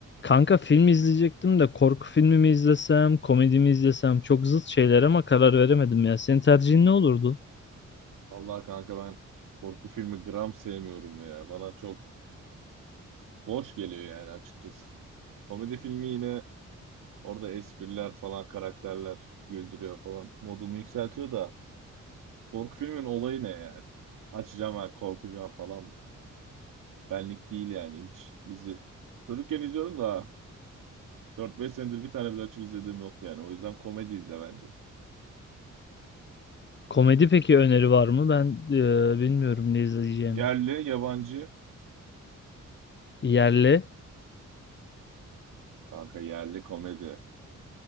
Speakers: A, on the left; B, on the right.
A: Kanka film izleyecektim de korku filmi mi izlesem, komedi mi izlesem çok zıt şeyler ama karar veremedim ya. Senin tercihin ne olurdu?
B: Vallahi kanka ben korku filmi gram sevmiyorum ya. Bana çok boş geliyor yani açıkçası. Komedi filmi yine orada espriler falan karakterler güldürüyor falan. Modumu yükseltiyor da korku filmin olayı ne yani? Açacağım ha korkacağım falan mı? Benlik değil yani hiç. İzi... Çocukken izliyorum da dört beş senedir bir tane bile açıp izlediğim yok yani. O yüzden komedi izle bence.
A: Komedi peki öneri var mı? Ben e, bilmiyorum ne izleyeceğim.
B: Yerli, yabancı.
A: Yerli
B: Kanka yerli komedi.